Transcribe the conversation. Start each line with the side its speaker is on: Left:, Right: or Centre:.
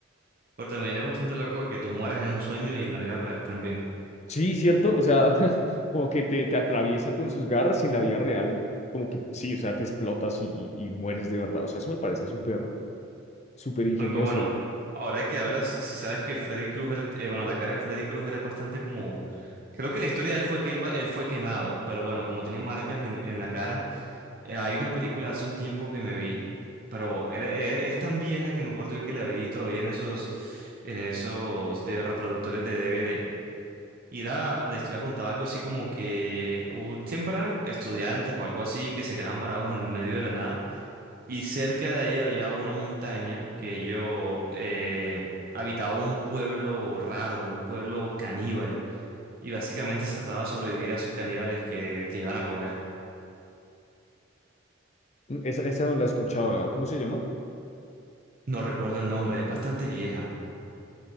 Right: pero también es bastante loco que tú mueras en un sueño y en la vida real también.
Left: Sí, cierto. O sea, <laughs> como que te, te atraviesa con sus garras y en la vida real. Como que sí, o sea, te explotas y, y y mueres de verdad. O sea, eso me parece súper, Súper ingenioso.
Right: Aunque bueno, ahora que hablas, si sabes que Freddy Krueger, eh, bueno, la cara de Freddy Krueger es bastante como... Creo que la historia de él fue que él, va- él fue quemado, pero bueno, como tiene marcas en, en la cara, eh, hay una película hace un tiempo que me vi, pero era- e- es tan vieja que me acuerdo yo que la vi todavía en esos, en esos de reproductores de DVD. Y era, la historia contaba algo así como que hu- siempre eran estudiantes o algo así que se quedaban varados en el medio de la nada. Y cerca de ahí había una montaña que ellos eh, habitaba un pueblo raro, un pueblo caníbal. Y básicamente se trataba de sobrevivir a esos caníbales que te iban a comer.
Left: mm, Esa, esa no la he escuchado, la verdad. ¿Cómo se llama?
Right: No recuerdo el nombre, es bastante vieja.